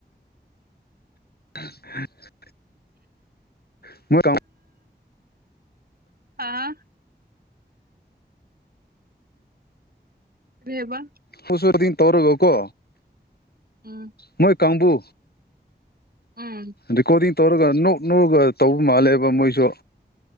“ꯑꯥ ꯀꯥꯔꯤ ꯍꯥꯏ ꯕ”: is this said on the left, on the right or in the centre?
Right